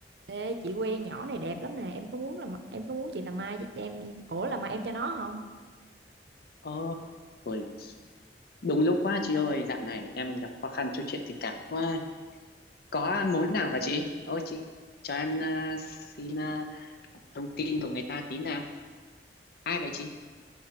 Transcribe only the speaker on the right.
Ê, chị quen nhỏ này đẹp lắm nè em có muốn làm em có muốn chị làm mai em ủa làm mà em cho nó không